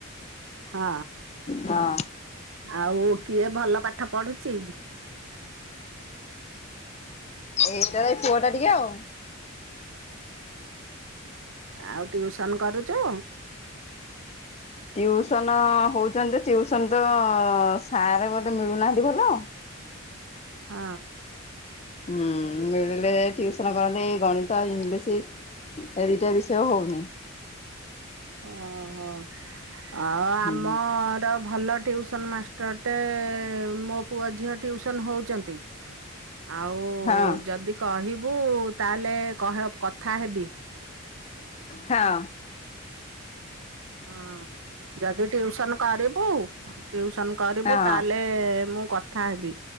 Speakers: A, on the right; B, on the left.
A: ହଁ।
B: ହଁ
A: ଆଉ କିଏ ଭଲ ପାଠ ପଢୁଚି?
B: ଏଇଟା ଏ ପୁଅ ଟା ଟିକେ ଆଉ।
A: ଆଉ ଟିଉସନ କରୁଚ?
B: ଟିଉସନ ହଉଚନ୍ତି ଟିଉସନ ତ ସାର୍ ବୋଧେ ମିଳୁନାହାନ୍ତି ଭଲ।
A: ହଁ।
B: ହୁଁ ମିଳିଲେ ଟିଉସନ କରନ୍ତି ଏଇ ଗଣିତ ଇଂଲିଶି। ଏଇ ଦିଟା ବିଷୟ ହଉନି।
A: ଓହୋ ଆଉ ଆମର
B: ହୁଁ
A: ଭଲ ଟିଉସ୍ ଟିଉସନ୍ ମାଷ୍ଟରଟେ ମୋ ପୁଅ ଝିଅ ଟ୍ୟୁସନ୍ ହଉଚନ୍ତି। ଚନ୍ତି ଆଉ
B: ହଁ
A: ଯଦି କହିବୁ ତାଏଲେ କହେ କଥା ହେବି।
B: ହଁ।
A: ଅ ଯଦି ଟିଉସନ୍ କରିବୁ ଟିଉସନ୍ କରିବୁ
B: ହଁ
A: ତାହେଲେ ମୁଁ କଥ୍ କଥା ହେବି